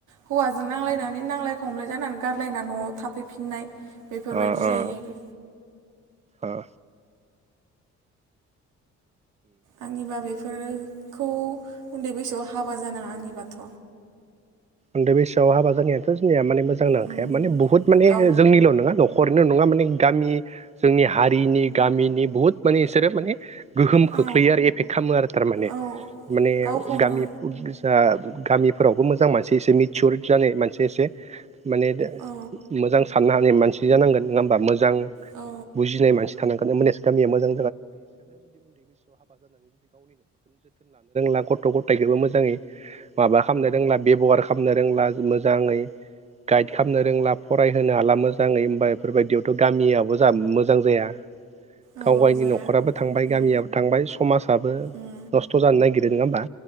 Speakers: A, on the right (about 80°); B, on the right (about 25°).
A: हौवाजों नांलायनानै नांलाय खमलाय जानानै गारलायना न'आव थाफैफिननाय बेफोरबायदि
B: ओ ओ
A: जायो आरो।
B: ओ
A: आंनिबा बेफोरखौ उन्दै बैसोआव हाबा जानाङा आंनिबाथ'
B: उन्दै बैसोआव हाबा जानायाथ' जोंनिया माने मोजां नांखाया
A: उम
B: माने बुहुत माने
A: गाव
B: जोंनिल' नङा न'ख खरैनो नङा माने गामि जोंनि हारिनि गामिनि बहुत माने इसोरो माने गोहोम
A: औ
B: खोख्लैयो आरो एफेक्ट खालामो आरो थारमाने
A: औ
B: माने
A: गावखौनो
B: गामि पुजा उम गामिफोरावबो मोजां मानसि एसे मिचुरि जानाय मोनसे एसे माने दा
A: औ
B: मोजां साननो हानाय मानसि जानांगोन नङा होमबा मोजां
A: औ
B: बुजिनाय मानसि थानांगोन मोनेस गामिया मोजां <unintelligible> गथ' गथाइखोबो मोजाङै माबा खामनो रोंला बेब'हार खालामनो रोंला मोजाङै गाइद खामनो रोंला फरायहोनो हाला मोजाङै होमबा बेफोरबायदियावथ' गामियावबो जा मोजां जाया।
A: औ
B: गावगायनि
A: जाया
B: न'खराबो थांबाय
A: उम
B: गामियाबो थांबाय समाजाबो
A: उम
B: नस्थ' जानो नागिरो नङा होमबा